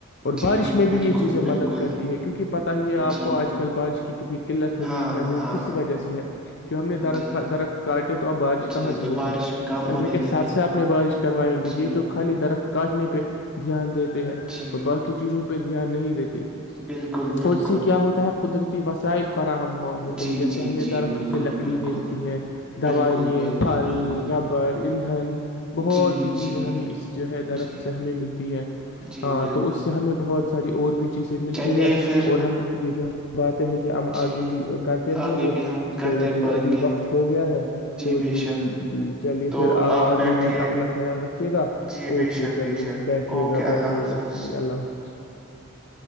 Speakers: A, on the left (about 55°); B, in the centre.
A: اور
B: جی
A: بارش میں
B: بالکل
A: بھی یہ چیزیں
B: بالکل
A: مدد کرتی ہے کیونکہ پتہ ہی ہے آپ
B: جی
A: کو آج کل بارش کہ کتنی قلت ہو
B: ہاں
A: گئی ہے وہ
B: ہاں
A: کسی وجہ سے ہے جو ہم نے درخت
B: جی
A: کا درخت تو بارش کہاں
B: جی
A: سے
B: تو
A: ہوگی
B: بارش بھی کام ہونے
A: نے کہ
B: لگی
A: سر سے اپنے بارش کروائیں گے
B: جی
A: یہ تو خالی درخت کاٹ نپہ دھیان دیتے ہیں
B: جی
A: پر باقی چیزوں پہ دھیان نہیں دیتے
B: بالکل بالکل
A: اور اس سے کیا ہوتا ہے قدرتی ت وسائل فراہم ہو ہوتے
B: جی
A: جیسے
B: جی
A: ہمیں
B: جی
A: درخت
B: بالکل
A: اسے لکڑی
B: بالکل
A: دلتی ہے دوائیں
B: بالکل بالکل
A: پھل
B: بالکل
A: ربڑ ایندھن بہت
B: جی
A: سی چیزیں
B: جی
A: ہمیں اس جو ہے درخت
B: جی
A: سے ہمیں ملتی ہے
B: جی
A: ہاں
B: بالکل
A: تو اس سے ہمیں بہت ساری اور بھی چیزیں ملتی
B: چلیے
A: ہے
B: پھر
A: اور ہم یہ جو بات ہیں کہ ہم
B: جی
A: آگے بھی کرتے رہیں
B: آگے
A: گے
B: بھی ہم کرتے
A: تو جی
B: پائیں
A: ابھی
B: گے
A: وقت ہو گیا ہے تو
B: بے
A: جی
B: شک
A: جی جی چلیے
B: تو
A: پھر آگے
B: آپ بیٹھیے
A: بھی اپنا خیال رکھیے گا
B: جی
A: اوکے
B: بے شک
A: چلیے
B: بے شک
A: بیٹھیے
B: اوکے
A: گا
B: اللہ
A: بیٹھیے
B: حافظ
A: گا جی اللہ حافظ